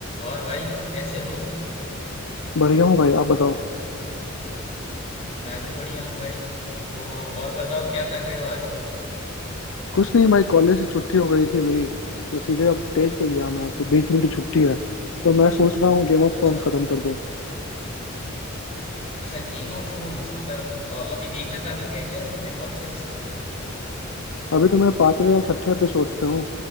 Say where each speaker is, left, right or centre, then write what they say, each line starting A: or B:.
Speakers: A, on the left; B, on the left.
A: और भाई कैसे हो
B: बढ़िया हूँ भाई आप बताओ
A: मैं भी बढ़िया हूँ भाई तो और बताओ क्या कर रहे हो आजकल
B: कुछ नहीं भाई कॉलेज से छुट्टी हो गई थी मेरी तो सीधे अब तेईस को एग्जाम है तो बीस दिन की छुट्टी है तो मैं सोच रहा हूँ गेम ऑफ
A: अच्छा
B: थ्रोन खत्म कर दूँ
A: अच्छा गेम ऑफ थ्रोन्स मतलब अ, अभी देखना चालू किया है क्या तुमने कौन से एपिसोड पे हो
B: अभी तो मैं पांचवे या छठे एपिसोड पे हूँ